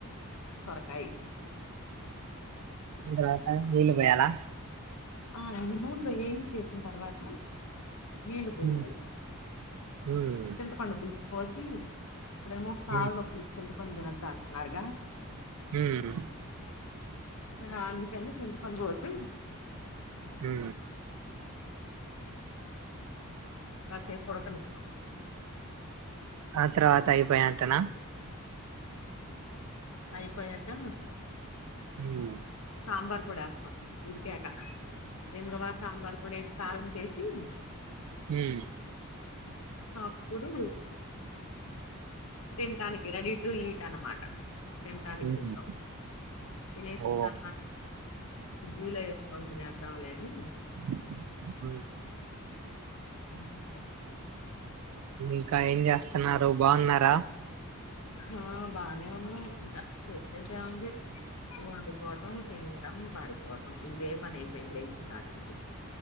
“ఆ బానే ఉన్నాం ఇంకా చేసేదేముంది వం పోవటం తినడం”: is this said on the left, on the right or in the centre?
Left